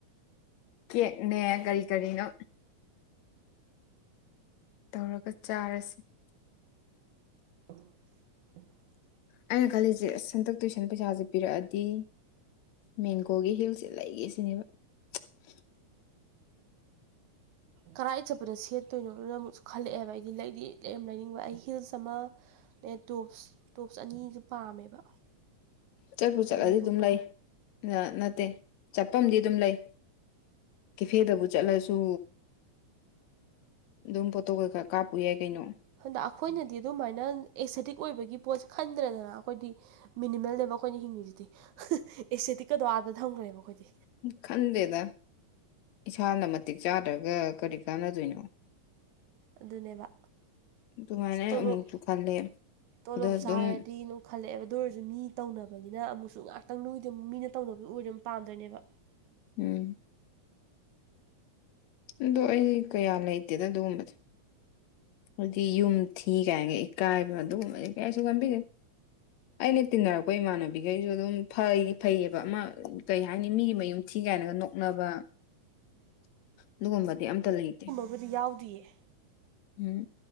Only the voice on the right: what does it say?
<unintelligible>
ꯀꯗꯥꯥꯏꯗ ꯆꯠꯄꯗ ꯁꯦꯠꯇꯣꯏꯅꯣꯅꯣꯅ ꯑꯃꯨꯛꯁꯨ ꯈꯜꯂꯛꯑꯦꯕ ꯑꯩꯗꯤ ꯂꯩꯗꯤ ꯂꯩ ꯌꯥꯝ ꯂꯩꯅꯤꯡꯕ ꯑꯩ ꯍꯤꯜꯁ ꯑꯃ ꯅꯠ ꯇꯣꯞꯁ ꯇꯣꯞꯁ ꯑꯅꯤꯁꯨ ꯄꯥꯝꯃꯦꯕ
ꯇꯣꯞꯁ
ꯑꯅꯤꯒꯨꯝꯕ
ꯍꯗ ꯑꯩꯈꯣꯏꯅꯗꯤ ꯑꯗꯨꯃꯥꯏꯅ ꯑꯦꯛꯁꯦꯇꯤꯛ ꯑꯣꯏꯕꯒꯤ ꯄꯣꯠꯁ ꯈꯟꯗ꯭ꯔꯗꯅ ꯑꯩꯈꯣꯏꯗꯤ ꯃꯤꯅꯤꯃꯜꯅꯦꯕ ꯑꯩꯈꯣꯏꯅ ꯍꯤꯡꯉꯤꯁꯤꯗꯤ ꯑꯦꯁꯇꯦꯇꯤꯛꯀꯗꯣ ꯑꯥꯗ ꯊꯝꯈ꯭ꯔꯦꯕ ꯑꯩꯈꯣꯏꯗꯤ
ꯑꯗꯨꯅꯦꯕ
ꯑꯁ ꯇꯣꯂꯣꯞ
ꯇꯣꯂꯣꯞ
ꯁꯥꯔꯗꯤ ꯈꯜꯂꯛꯑꯦꯕ ꯑꯗꯨ ꯑꯣꯏꯔꯁꯨ ꯃꯤ ꯇꯧꯅꯕꯅꯤꯅ ꯑꯃꯨꯛꯁꯨ ꯉꯥꯏꯍꯥꯛꯇꯪ ꯅꯣꯏꯗ ꯃꯤꯅ ꯇꯧꯅꯕꯗꯨ ꯑꯣꯏꯗ ꯑꯗꯨꯝ ꯄꯥꯝꯗꯣꯏꯅꯦꯕ
ꯕꯨꯗꯤ ꯌꯥꯎꯗꯌꯦ